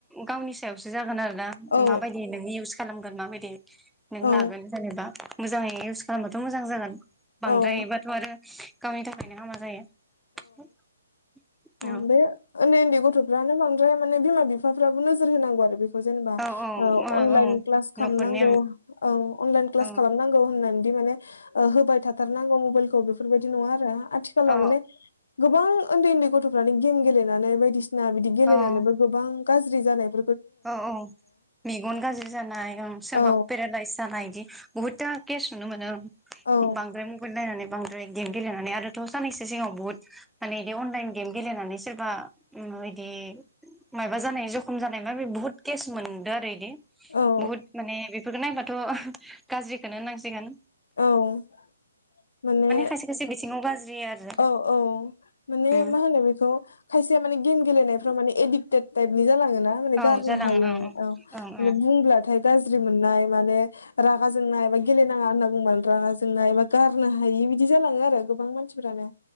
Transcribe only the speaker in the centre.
गावनि सायावसो जागोन आरोना
माबायदि नोङो इउस खालामोन गोन माबादि नों
लागोन जेनेबा मोजाङै इउस खालामबाथ मोजां जागोन
बांद्रायबाथ‌ आरो गावनि थाखायनो हामा जायो <inaudible>
औ
औ
औ
औ
न'खरनि
ओं
औ
औ
औ
औ औ मेगन गाज्रि जानाय सोरबा
पेरालाायस जानाय बिदि बुहुथा केस नुनो मोनो
बांद्राय मबाइल नायनानै बांद्राय <unintelligible> गेलेनानै आरो थ साननैसो सिगाङाव बहुत माने बिदि अनलाइन गेम गेलेनानै सोरबा बिदि मायबा जानाय जखम जानाय <unintelligible> बे बुहुत केस मोनदों आरो बिदि
बुहुत माने बेफोरखौ नायबाथ' गाज्रिखोनो होननांसिगोन
खायसे खायसे बिथिङाव गाज्रि आरो
उम
औ
जालाङो
ओं
ओं